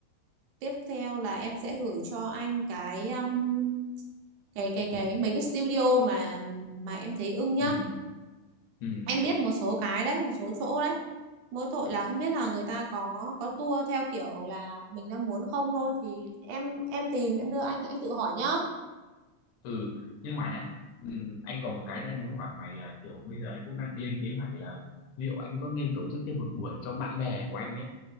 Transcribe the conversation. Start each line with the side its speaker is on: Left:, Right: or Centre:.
Right: tiếp theo là em sẽ gửi cho anh cái um, cái cái cái mấy cái studio mà mà em thấy ưng nhá
Left: ừ ừ
Right: em biết một số cái đấy một số chỗ đấy mỗi tội là không biết là người ta có có tour theo kiểu là mình đang muốn không thôi thì em em tìm em đưa anh anh tự hỏi nhá
Left: ừ nhưng mà nhá ừm, anh còn một cái anh muốn hỏi mày là kiểu bây giờ anh cũng đang lên kế hoạch là liệu anh có nên tổ chức thêm một buổi cho bạn bè của anh ấy